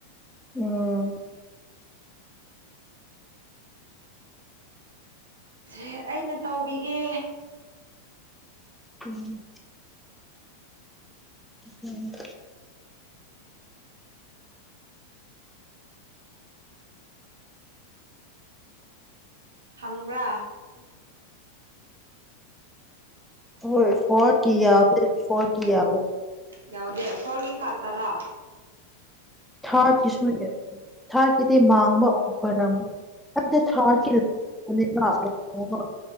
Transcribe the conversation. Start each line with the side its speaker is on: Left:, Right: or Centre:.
Centre: ꯎꯝ
Right: ꯁꯦ ꯑꯩꯅ ꯇꯧꯕꯤꯒꯦ
Centre: ꯎꯝ ꯎꯝ
Right: ꯍꯪꯕ꯭ꯔꯥ
Centre: ꯍꯣꯏ ꯐꯣꯔꯠꯀꯤ ꯌꯥꯎꯔꯦ ꯐꯣꯔꯠꯀꯤ ꯌꯥꯎꯔꯦ
Right: ꯌꯥꯎꯗꯦ ꯐꯣꯔꯒꯤ ꯈꯥꯛꯇꯔ
Centre: ꯊꯥꯔꯠꯀꯤꯁꯨ ꯊꯥꯔꯠꯀꯤꯗꯤ ꯃꯥꯡꯕ ꯑꯣꯏꯔꯝ ꯑꯗꯨꯗ ꯊꯥꯔꯠꯀꯤ ꯅꯨꯃꯤꯠꯜ ꯀꯩꯅꯣꯝꯃ